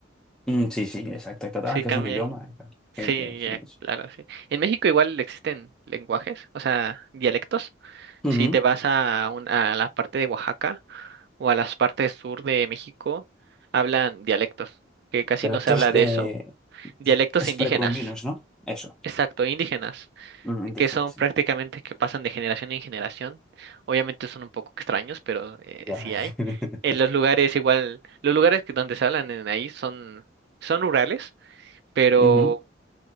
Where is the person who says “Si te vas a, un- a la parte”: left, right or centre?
Right